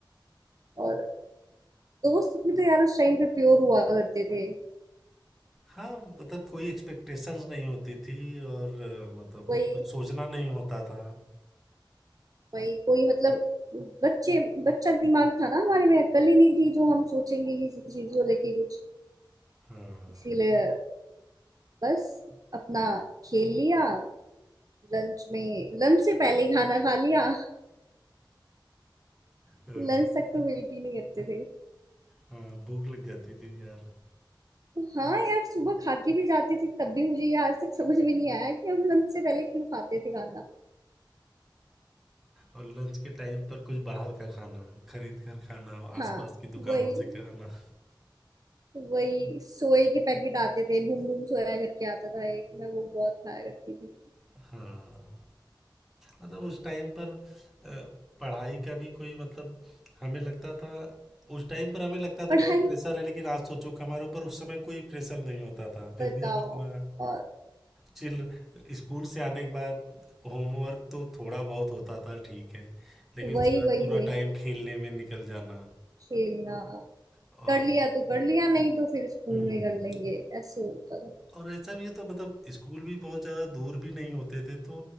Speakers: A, on the right; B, in the centre.
A: और दोस्त भी तो यार उस टाइम पे प्योर हुआ करते थे
B: हाँ मतलब कोई एक्सपेक्टेशंस नहीं होती थी और अ, मतलब
A: वही
B: कुछ सोचना नहीं होता था
A: वही कोई मतलब बच्चे बच्चा दिमाग था ना हमारे में अक्ल ही नहीं थी जो हम सोचेंगे किसी चीज को लेके कुछ
B: हाँ
A: इसीलिए बस अपना खेल लिया लंच में लंच से पहले ही खाना खा लिया
B: अ,
A: लंच तक तो वेट ही नहीं करते थे
B: हाँ भूख लग जाती थी यार
A: तो हाँ यार सुबह खा के भी जाती थी तब भी मुझे ये आज तक समझ में नहीं आया कि हम लंच से पहले क्यों खाते थे खाना
B: और लंच के टाइम पर कुछ बाहर का खाना खरीद कर खाना
A: हाँ
B: आसपास की दुकानों
A: वही
B: से खाना
A: वही सोए के पैकेट आते थे बूम बूम सोया करके आता था एक मैं वो बहुत खाया करती थी
B: <laughs> हाँ मतलब उस टाइम पर अ, पढ़ाई का भी कोई मतलब हमें लगता था उस टाइम पर हमें लगता
A: पढ़ाई
B: था बहुत प्रेशर है लेकिन आज सोचो कि हमारे ऊपर उस समय कोई प्रेशर नहीं होता था फिर
A: बताओ
B: भी हम इतना
A: और
B: चिल स्कूल से आने के बाद होमवर्क तो थोड़ा बहुत होता था ठीक है लेकिन
A: वही
B: उसके बाद
A: वही
B: पूरा
A: वही
B: टाइम खेलने में निकल जाना
A: खेलना
B: और
A: कर लिया तो कर लिया नहीं तो फिर स्कूल
B: हम्म
A: में कर लेंगे ऐसे होता था
B: और ऐसा भी होता मतलब स्कूल भी बहुत ज़्यादा दूर भी नहीं होते थे तो